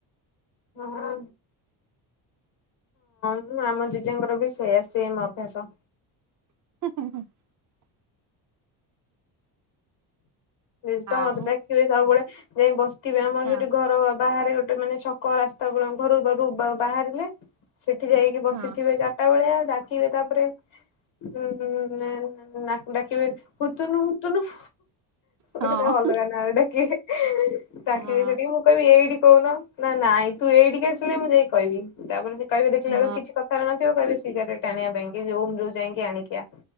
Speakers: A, on the left; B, on the right.
A: ହଁ। ହଁ ଆମ ଜେଜେଙ୍କର ବି ସେଇଆ ଶେମ୍ ଅଭ୍ୟାସ।
B: <inaudible>
A: ସେ ତ
B: ଆଉ
A: ମତେ ଡାକିବେ ସବୁବେଳେ ଯାଇ ବସିଥିବେ ଆମର
B: ହଁ
A: ସେଠି ଘର ବାହାରେ ଗୋ ଟେ ମାନେ ଛକ ରାସ୍ତା ଉପରକୁ ଆମ ଘରୁ ପଖକୁ ବାହାରିଲେ ସେ ଠି ଯାଇକି ବସିଥିବେ
B: ହଁ
A: ଚାରିଟା ବେଳିଆ ଡାକିବେ ତାପରେ ହୁଁ ନା କୁ ଡାକିବେ ହୁତୁନୁ ହୁତୁନୁ।
B: ହଁ
A: ଗୋଟେ ଅଲଗା ନାଁ ଗୋଟେ କିଏ ଡାକିବେ
B: ହଁ
A: ସେଠିକି ମୁଁ କହିବି ଏଇଠି କହୁନ ନା ନାଇଁ ତୁ ଏଇଠିକି ଆସିଲେ ମୁଁ ଯାଇ କହିବି ତାପରେ କହିବି ଦେଖିଲାବେଳକୁ
B: ହଁ
A: କିଛି କଥା ନଥିବ କହିବେ ଶିଗାରେଟ ଆାଣିବା ପାଇଁ କି ଯୋଉ ଯାଇକି ଆଣିକି ଆ